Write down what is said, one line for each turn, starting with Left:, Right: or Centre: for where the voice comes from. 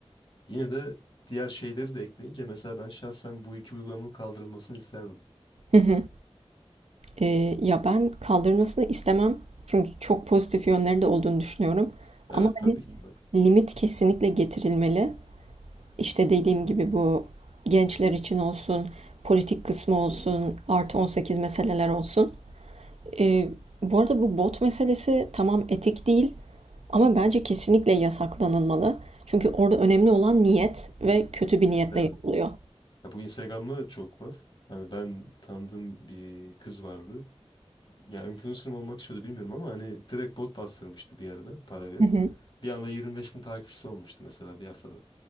Left: Yine de diğer şeyleri de ekleyince mesela ben şahsen bu iki uygulamanın kaldırılmasını isterdim.
Right: Hı hı. Eee, ya, ben kaldırmasını istemem. Çünkü çok pozitif yönleri de olduğunu düşünüyorum.
Left: Evet
Right: Ama,
Left: tabii
Right: hani,
Left: ki var.
Right: limit kesinlikle getirilmeli. İşte, dediğim gibi bu gençler için olsun, politik kısmı olsun, artı 18 meseleler olsun. Eee, bu arada bu bot meselesi tamam etik değil ama bence kesinlikle yasaklanılmalı. Çünkü orada önemli olan niyet ve kötü bir niyetle
Left: Evet.
Right: yapılıyor.
Left: Ya bu Instagram'da da çok var. Hani ben tanıdığım bir kız vardı. Ya influencer mı olmak istiyordu bilmiyorum ama hani direkt bot bastırmıştı bir yerden para verip.
Right: Hı hı.
Left: Bir anda yirmi beş bin takipçisi olmuştu mesela bir haftada.